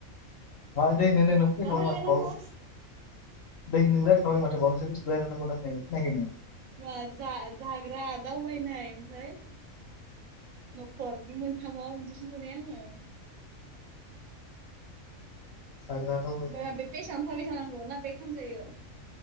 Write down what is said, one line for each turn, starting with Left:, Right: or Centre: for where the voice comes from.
Left: मा दोहैनो नोंनो फोरमायखाबाय
Right: मा रायलायनांगौ
Left: माथो दोहै नों रायलाय खाबाय माथो माबा मोनसे बुस्थु रायलायनांगौ होननायखौ नों खोनायाखै नामा
Right: मा जा जाग्रा दावबायनाय ओमफ्राय न'खर बे मोनथामाव मोनसे खोनथानाय आङो
Left: जाग्रा दावबायनाय
Right: ओमफ्राय बेग पेजावनो थाबाय थानांगौ ना बेग खामजायो।